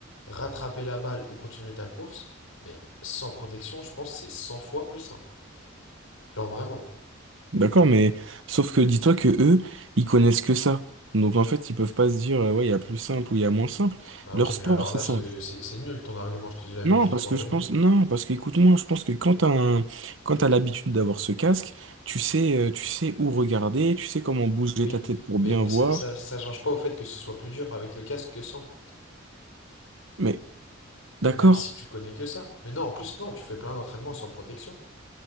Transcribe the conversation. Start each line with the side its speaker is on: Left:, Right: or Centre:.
Left: rattraper la balle et continuer ta course, mais sans protection, je pense que c'est 100 fois plus simple. Genre vraiment.
Right: D'accord, mais sauf que dis-toi que eux, ils connaissent que ça. Donc en fait, ils peuvent pas se dire euh, ouais, il y a plus simple ou il y a moins simple.
Left: Bah
Right: Leur
Left: ok, mais
Right: sport,
Left: alors
Right: c'est
Left: là, je
Right: ça.
Left: te... c'est c'est nul ton argument, je te dis la même
Right: Non,
Left: chose
Right: parce
Left: pour
Right: que
Left: le rugby.
Right: je pense non, parce que écoute-moi, je pense que quand t'as un... quand t'as l'habitude d'avoir ce casque, tu sais euh, tu sais où regarder, tu sais comment bouger
Left: Oui,
Right: ta tête pour
Left: mais
Right: bien voir.
Left: ça, ça, ça change pas au fait que ce soit plus dur avec le casque que sans,
Right: Mais d'accord.
Left: même si tu connais que ça. Mais non, en plus, non, tu fais plein d'entraînements sans protection.